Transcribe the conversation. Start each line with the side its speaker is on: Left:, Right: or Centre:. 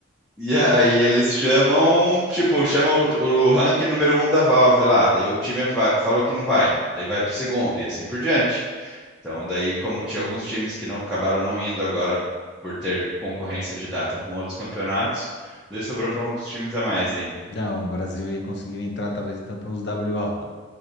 Centre: E aí eles chamam, tipo, chamam o, o ranking número um da Valve lá, daí o time vai- falou que não vai, daí vai pro segundo e assim por diante. Então, daí, como tinha alguns times que não acabaram não indo agora por ter concorrência de data com outros campeonatos, daí sobrou para uns times a mais aí.
Left: Não, o Brasil aí conseguiu entrar, talvez então, pra uns WO.